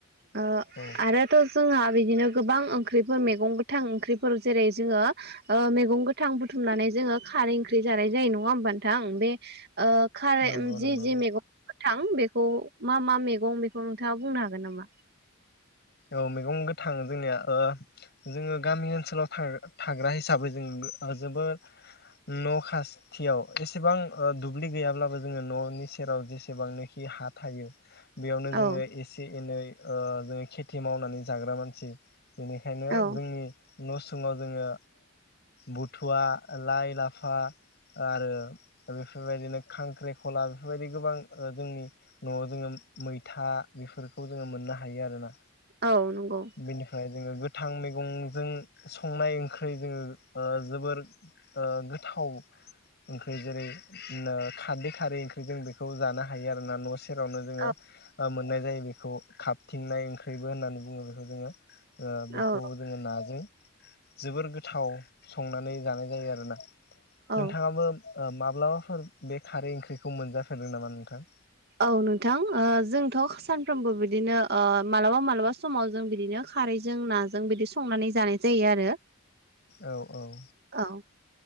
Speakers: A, on the right; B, on the left.
A: ओ
B: औ
A: आरोथ' जोंहा बिदिनो, गोबां ओंख्रिफोर मैगं गोथां ओंख्रिफोर जेरै जोङो मैगं गो थां बुथुमनानै जोङो खारै ओंख्रि जानाय जायो नङा होमब नोंथां? बे ओ खारै
B: नंगौ
A: जि
B: नंगौ
A: जि मैगं गोथां बेखौ मा मा मैगं बेखौ नोंथाङा बुंनो हागोन नामा?
B: औ मैगं गोथां जोंनिया जोङो गामि ओनसोलाव थाग्रा हिसाबै जों जोबोद न' खाथियाव एसेबां दुब्लि गैयाब्लाबो जोङो न'नि सेराव जेसेबांनोखि - हा थायो। बेयावनो जोङो
A: औ
B: एसे एनै ओ जोङो खेथि मावनानै जाग्रा मानसि बेनिखायनो
A: औ
B: जोंनि न' उसुङाव जोङो बुथुवा लाइ लाफा आरो बेफोरबायदिनो खांख्रिखला बेफोरबायदि गोबां जोंनि न'आव जोङो। मैथा बेफोरखौ जोङो मोननो हायो आरोना,
A: औ नंगौ
B: बेनिफ्राय जोङो गोथां मैगंजों संनाय ओंख्रि जोङो जोबोर गोथाव ओंख्रि जेरै खारदै खारै ओंख्रि जों बेखौ जानो हायो आरो ना न' सेरावनो जोङो
A: औ
B: मोननाय जायो बेखौ खाबथिंनाय ओंख्रिबो होननानै बुङो बेखौ जोङो। ओ बेखौ
A: औ
B: जोङो नाजों जोबोर गोथाव। संनानै जानाय जायो आरोना,
A: औ
B: नोंथाङाबो माब्लाबा बे खारै ओंख्रिखौ मोनजाफेरदों नामा नोंथां?
A: औ नोंथां जोंथ' सानफ्रोमबो बिदिनो मालाबा मालाबा समाव जों बिदिनो। खारैजों नाजों बिदि संनानै जानाय जायो आरो।
B: औ औ
A: औ